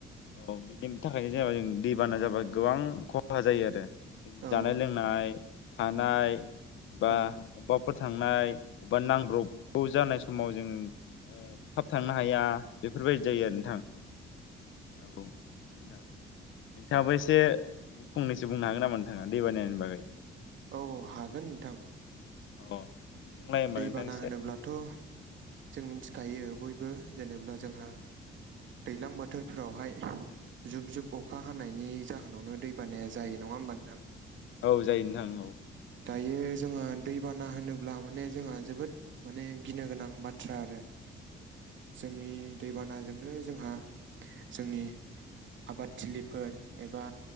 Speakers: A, on the left; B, on the right.
A: औ बिनि थाखायनो जेनबा जों दैबाना जाबा गोबां खहा जायो आरो जों
B: औ
A: जानाय लोंनाय थानाय बा
B: औ
A: अबाब फोर थांनाय अबबा नांब्रबगौ जानाय समाव जोङो ओ थाब थांनो हाया बेफोरबायदि जायो आरो नोंथां औ नोंथां नोंथाङाबो एसे फंनैसो बुंनो हागोन नामा नोंथाङा दै बानायनि बागै
B: औ औ हागोन नोंथां
A: अ बुंलाय होमबा
B: दै
A: नोंथां
B: बाना
A: एसे
B: होनोब्लाथ' जों मिथिखायो बय बो जेनेब्ला जोंहा दैज्लां बोथोरफोरावहाय जुब जुब अखा हानायनि जाहोनावनो दै बानाया जायो नङा होमबा नोंथां
A: औ जायो नोंथां औ
B: दायो जोङो दैबाना होनोब्ला माने जोंहा जोबोद माने गिनो गोनां बाथ्रा आरो <inaudible> जोंनि दै बानाजोंनो जोंहा जोंनि आबादथिलिफोर एबा